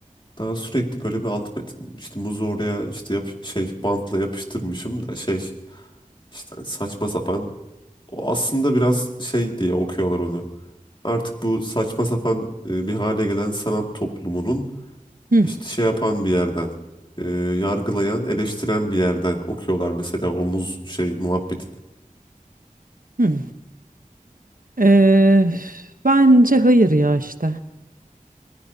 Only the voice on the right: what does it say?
Hı
hı. Eee, bence hayır ya işte.